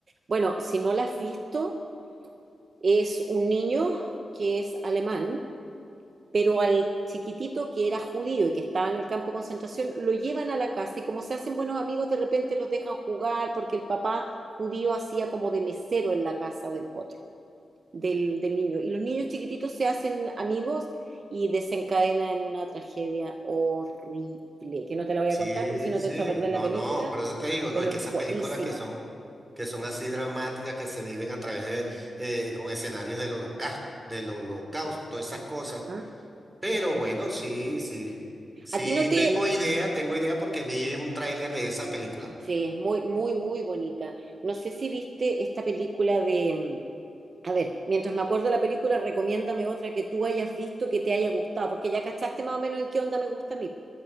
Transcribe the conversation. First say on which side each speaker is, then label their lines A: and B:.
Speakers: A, on the right (about 55°); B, on the right (about 15°).
A: Bueno, si no la has visto, es un niño que es alemán, pero al chiquitito que era judío y que estaba en el campo de concentración, lo llevan a la casa y como se hacen buenos amigos, de repente los dejan jugar porque el papá judío hacía como de mesero en la casa de los otros, del, del niño. Y los niños chiquititos se hacen amigos y desencadena en una tragedia horrible, que no te la voy
B: Sí,
A: a contar porque si no
B: sí,
A: te echo a perder
B: no,
A: la película,
B: no, por eso te digo, no,
A: pero
B: es que esas
A: es buenísima.
B: películas que son, que son así dramáticas, que se viven a través de, eh, con escenarios del holocausto, del holocausto, esas cosas.
A: Ajá.
B: Pero bueno, sí, sí, sí,
A: ¿A ti no te,
B: tengo idea, tengo idea porque vi un tráiler de esa película.
A: Sí, es muy, muy, muy bonita. No sé si viste esta película de... mm, A ver, mientras me acuerdo de la película, recomiéndame otra que tú hayas visto que te haya gustado, porque ya cachaste más o menos en qué onda me gusta a mí.